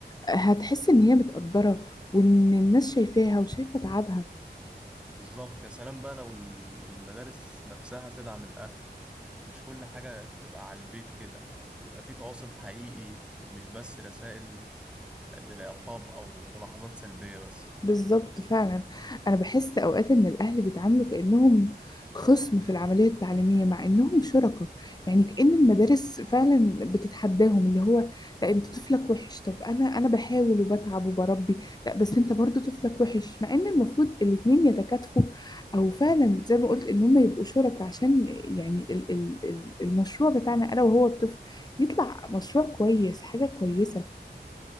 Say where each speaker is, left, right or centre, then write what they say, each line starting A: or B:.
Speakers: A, on the left; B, in the centre.
A: آه، هتحس إن هي متقدرة وإن الناس شايفاها وشايفة تعبها
B: بالظبط يا سلام بقى لو المدارس نفسها تدعم الأهل مش كل حاجة تبقى على البيت كده يبقى فيه تواصل حقيقي مش بس رسائل للعقاب أو ملاحظات سلبية بس
A: بالظبط فعلا انا بحس اوقات ان الاهل بيتعاملوا كانهم خصم في العمليه التعليميه مع انهم شركاء يعني كأن المدارس فعلا بتتحداهم اللي هو لا انت طفلك وحش طب انا انا بحاول وبتعب وبربي لا بس انت برضو طفلك وحش مع ان المفروض الاتنين يتكاتفوا او فعلا زي ما قلت ان هم يبقوا شركاء عشان يعني ال ال ال- المشروع بتاعنا انا وهو الطفل يطلع مشروع كويس حاجه كويسه